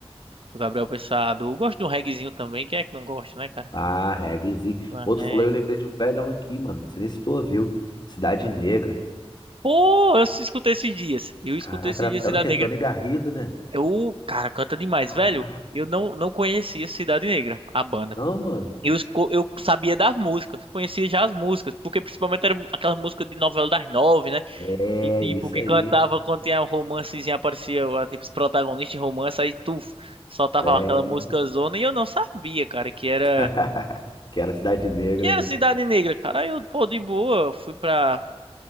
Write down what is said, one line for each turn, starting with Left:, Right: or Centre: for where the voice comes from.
Right: do Gabriel Pensador. Eu gosto de um reggaezinho também, quem é que não gosta, né, cara?
Left: Ah, reggaezinho.
Right: Uma
Left: Pô,
Right: reggae.
Left: tu falou, eu lembrei de um velhão aqui, mano. Não sei nem se tu ouviu. Cidade Negra.
Right: Pô, eu escutei esses dias. Eu escutei
Left: Caraca,
Right: esses
Left: era,
Right: dias Cidade
Left: era o quê?
Right: Negra.
Left: Tony Garrido, né?
Right: É o cara, canta demais,
Left: Caraca.
Right: velho. Eu não não conhecia Cidade Negra, a banda.
Left: Não, mano.
Right: Eu, esco- eu sabia das músicas, conhecia já as músicas, porque principalmente era aquelas músicas de novela das nove, né?
Left: É,
Right: Que tipo,
Left: isso
Right: que
Left: aí.
Right: cantava quando tinha um romancezinho, aparecia ó, tipo, os protagonistas em romance, aí tu soltava
Left: É.
Right: aquela música zona, e eu não sabia, cara, que era
Left: <laughs> Que era Cidade Negra,
Right: que era
Left: né?
Right: Cidade Negra, cara. Aí eu, pô, de boa, fui pra,